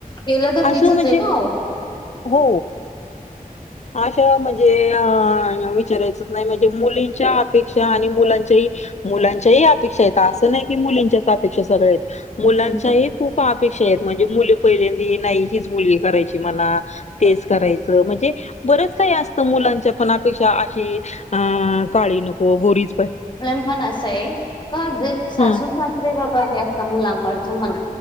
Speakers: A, on the left; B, on the left.
A: केलं तर
B: असं
A: तिचंच
B: म्हणजे
A: आहे ना.
B: हो अशा म्हणजे अ विचारायच नाही म्हणजे मुलींच्या अपेक्षा आणि मुलाच्या मुलांच्या अपेक्षा येत असं नाही. मुच्या अपेक्षा सग मुलांच्या
A: हो.
B: खूप अपेक्षा म्हणजे मुल पहिल्यांदी नाही हीच मुलगी करायची मणा तेच करायचं म्हणजे बरेच काही असत मुलांच्या पणापेक्षा अशी अ काळी नको गोरीच पण
A: ण अस का जे सासू-सासरे
B: हं
A: अस मुलांकड म